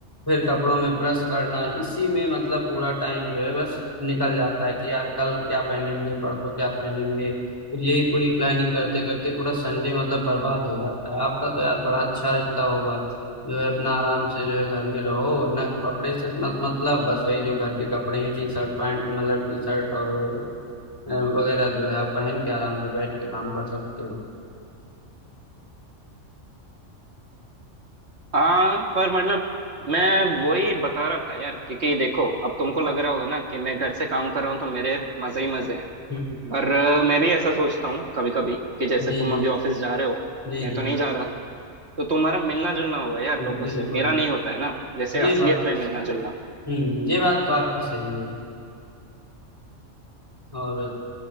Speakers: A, on the left (about 15°); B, on the right (about 60°).
A: फिर कपड़ों में प्रेस करना इसी में मतलब पूरा टाइम जो है बस निकल जाता है कि यार कल क्या पहनेंगे परसों क्या पहनेंगे फिर यही पूरी प्लानिंग करते करते पूरा संडे मतलब बर्बाद हो जाता है आपका तो यार बड़ा अच्छा रहता होगा जो है अपना आराम से जो है घर में रहो ना कपड़े से मत मतलब बस वही जो घर के कपड़े हैं टी शर्ट पैंट मतलब टी शर्ट और अ, वगैरह जो है आप पहन के आराम से बैठ के काम कर सकते हो
B: हाँ पर मतलब मैं वही बता रहा था यार क्योंकि देखो अब तुमको लग रहा होगा ना कि मैं घर से काम कर रहा हूँ तो मेरे मजे ही मजे हैं
A: हम्म
B: पर अ, मैं भी ऐसा सोचता हूँ कभी कभी कि जैसे
A: जी
B: तुम अभी ऑफिस जा रहे हो
A: जी
B: मैं
A: जी
B: तो नहीं जा रहा तो तुम्हारा मिलना जुलना होगा यार
A: जी
B: लोगों
A: बिल्कुल
B: से मेरा नहीं होता है ना जैसे
A: ये
B: असलियत
A: बात
B: में मिलना जुलना
A: हम्म ये बात तो आपकी सही है और